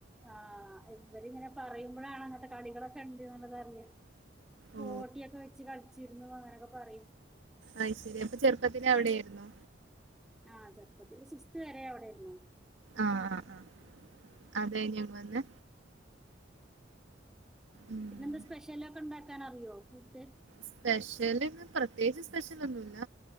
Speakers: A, in the centre; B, on the right.
A: ആഹ് ഇവരിങ്ങെനെ പറയുമ്പഴാണ് അങ്ങൻത്തെ കളികളൊക്കെ ഇണ്ട്ന്ന്ള്ളത് അറിയ. ഗോട്ടിയൊക്കെ
B: ഓ
A: വെച്ച് കളിച്ചിരുന്നു അങ്ങെനെയൊക്കെ പറയും.
B: അഹ് ശെരി അപ്പൊ ചെറുപ്പത്തില് അവിടെയാര്ന്നു.
A: ആഹ് ചെറുപ്പത്തില് സിക്സ്ത് വെരെ അവിടെര്ന്നു.
B: ആഹ്, ആഹ, ആഹ അത് കഴിഞ്ഞഞങ്ങ് വന്നെ ഉം
A: പിന്നെന്താ സ്പെഷ്യലൊക്കെ ഇണ്ടാക്കാൻ അറിയോ ഫുഡ്?
B: സ്പെഷ്യല്ന്ന് പ്രത്യേകിച്ച് സ്പെഷ്യലൊന്നുല്ല